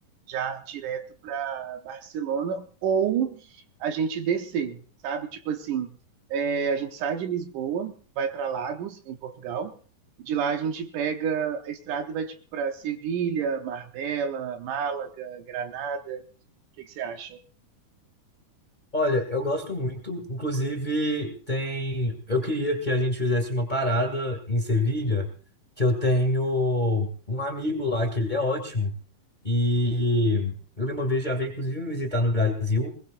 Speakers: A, on the right; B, on the left.
A: já direto para Barcelona ou a gente descer, sabe? Tipo assim, é, a gente sai de Lisboa, vai para Lagos, em Portugal, e de lá a gente pega a estrada e vai tipo para Sevilha, Marbella, Málaga, Granada. O que que você acha?
B: Olha, eu gosto muito. Inclusive, tem. Eu queria que a gente fizesse uma parada em Sevilha, que eu tenho um amigo lá que ele é ótimo. E ele uma vez já veio, inclusive, me visitar no Brasil.